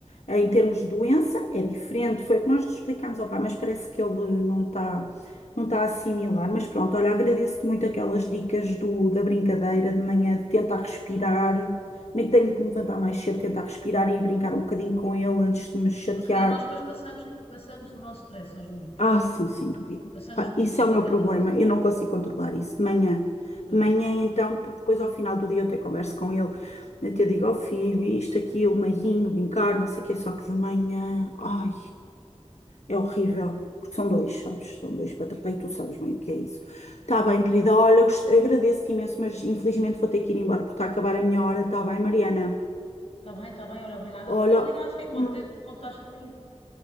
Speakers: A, on the left; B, on the left.
A: em termos de doença, é diferente. Foi o que nós lhe explicámos ao pai, mas parece que ele não está, não está a assimilar. Mas pronto, olha, agradeço-te muito aquelas dicas do, da brincadeira de manhã, de tentar respirar. Nem que tenho que me levantar mais cedo, tentar respirar e brincar um bocadinho com ele antes de me chatear.
B: porque nós depois passamos, passamos o nosso stress aos miúdos.
A: Ah, sim, sem dúvida.
B: Passamos
A: Pá,
B: muito,
A: isso
B: não
A: é
B: é?
A: o meu
B: Aquela
A: problema.
B: coisa,
A: Eu não consigo controlar isso de manhã.
B: pois,
A: De manhã, então, porque depois ao final do dia eu até converso com ele. Eu até digo ao filho, isto, aquilo, meiguinho, brincar, não sei o quê. Só que de manhã, ai, é horrível. Porque são dois, sabes? São dois para tratar e tu sabes bem o que é isso. Tá bem, querida. Olha, gost- agradeço-te imenso, mas infelizmente vou ter que ir embora porque está a acabar a minha hora. Tá bem, Mariana?
B: está bem, está bem, olha, obrigada
A: Olha,
B: por teres ligado, fico
A: hum,
B: contente por contares comigo.